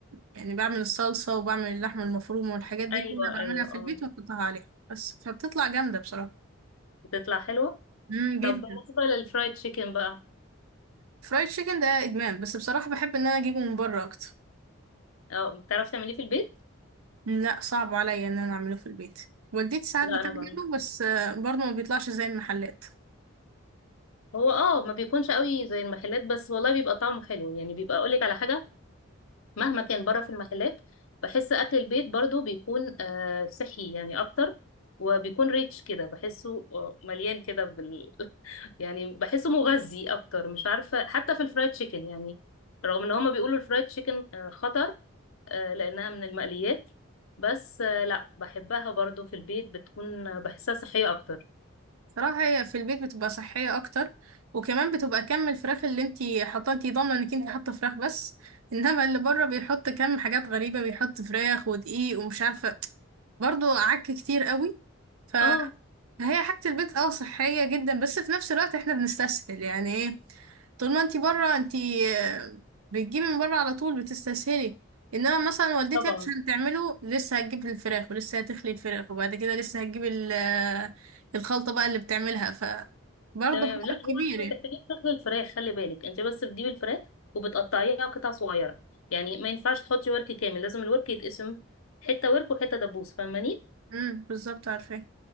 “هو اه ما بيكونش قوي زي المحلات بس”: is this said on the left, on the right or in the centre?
Left